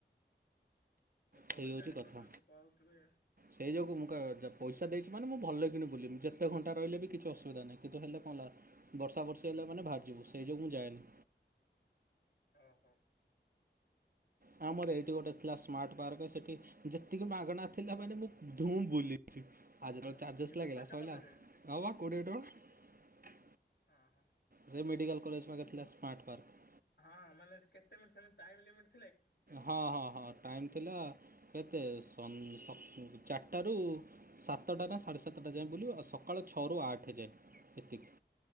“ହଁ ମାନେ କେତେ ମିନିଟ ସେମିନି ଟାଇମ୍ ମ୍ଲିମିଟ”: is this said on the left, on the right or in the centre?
Left